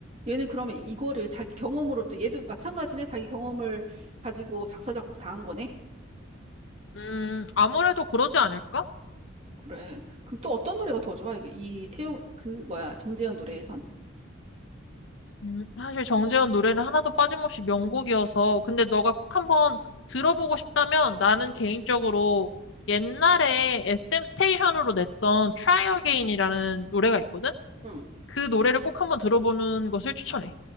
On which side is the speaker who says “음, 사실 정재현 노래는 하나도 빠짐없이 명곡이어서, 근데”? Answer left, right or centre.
Left